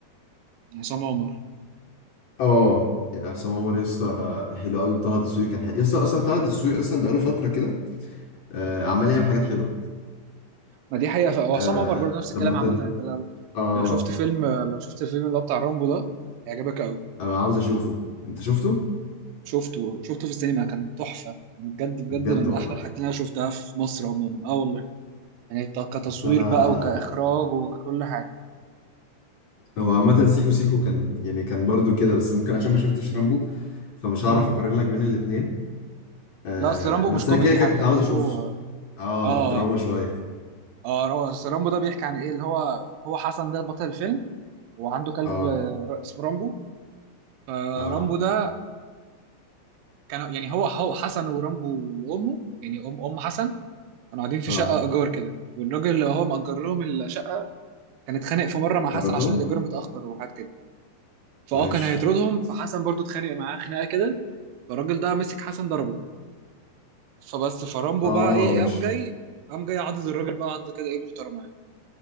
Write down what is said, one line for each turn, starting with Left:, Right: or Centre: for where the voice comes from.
Right: عصام عمر
Left: اه يعني حسام عمر يسطا حلو قوي وطه الدسوقي كان حلو يسطا اصلا طه الدسوقي اصلا بقاله فتره كده آه عمال يعمل حاجات حلوه
Right: ما دي حقيقه وعصام
Left: آه
Right: عمر برضه نفس الكلام
Left: لما
Right: عامه
Left: تل
Right: انت لو
Left: اه
Right: لو شفت فيلم لو شفت الفيلم اللي هو بتاع رامبو ده هيعجبك قوي
Left: انا عاوز اشوفه انت شفته
Right: شفته شفته في السينما كان تحفه يعني بجد بجد
Left: بجد
Right: من
Left: والله
Right: احلى الحاجات اللي انا شفتها في مصر عموما اه والله يعني ك-
Left: بس
Right: كتصوير
Left: انا
Right: بقى وكإخراج وككل حاجة
Left: هو عامة سيكو سيكو كان يعني كان برضو كده بس ممكن عشان ما شفتش رامبو فمش
Right: امم
Left: هعرف اقارن لك بين الاتنين آه
Right: لا أصل رامبو
Left: بس
Right: مش كوميدي
Left: انا كده كده
Right: حتى
Left: كنت
Right: رامبو
Left: عاوز اشوف اه
Right: آه
Left: دراما شوية
Right: آه هو أصل رامبو ده بيحكي عن إيه اللي هو هو حسن ده بطل الفيلم وعنده كلب
Left: اه
Right: آه، ر- اسمه رامبو فرامبو
Left: اه
Right: ده كان يعني هو هو حسن ورامبو وأمه يعني أم أم حسن كانوا قاعدين في
Left: اه
Right: شقة إيجار كده والراجل اللي هو مأجر لهم الشقة كان اتخانق في مرة مع حسن
Left: كاردوم
Right: عشان الإيجار متأخر وحاجات كده فأه
Left: ماشي
Right: كان هيطردهم فحسن برضو اتخانق معاه خناقة كده فالراجل ده مسك حسن ضربه فبس فرامبو
Left: اه
Right: بقى ايه
Left: ماشي
Right: إيه، قام جاي قام جاي عضد الراجل بقى عض كده ايه محترمه يعني